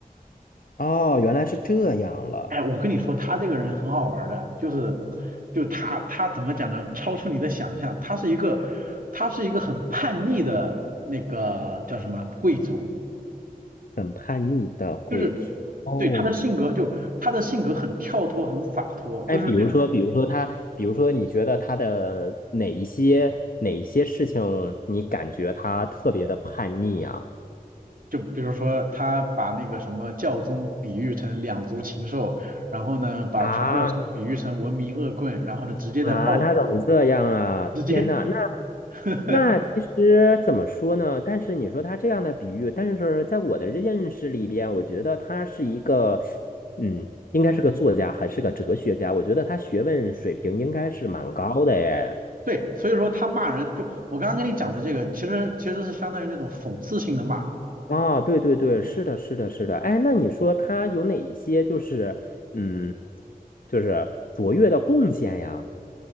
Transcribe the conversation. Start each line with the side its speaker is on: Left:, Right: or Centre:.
Left: 哦，原来是这样了，
Right: 哎，我跟你说，他这个人很好玩儿的，就是，就他他怎么讲呢？超出你的想象，他是一个，他是一个很叛逆的那个叫什么贵族，
Left: 很叛逆的贵族。
Right: 就是
Left: 哦，
Right: 对他的性格就他的性格很跳脱，很洒脱，
Left: 哎，
Right: 就是那种
Left: 比如说，比如说他，比如说，你觉得他的哪一些哪一些事情，你感觉他特别的叛逆啊？
Right: 就比如说他把那个什么教宗比喻成两足禽兽，然后呢把传教士比喻成文明恶棍，
Left: 啊，
Right: 然后呢直接在报
Left: 啊，他怎么这样啊？天呐，
Right: 直接
Left: 那
Right: <laughs>
Left: 那其实怎么说呢？但是你说他这样的比喻，但是在我的认识里边，我觉得他是一个，嗯，应该是个作家，还是个哲学家。我觉得他学问水平应该是蛮高的耶。
Right: 对，所以说他骂人，就我刚刚跟你讲的这个，其实其实是相当于那种讽刺性的骂，
Left: 啊，对对对，是的，是的，是的。哎，那你说他有哪一些就是嗯，就是卓越的贡献呀？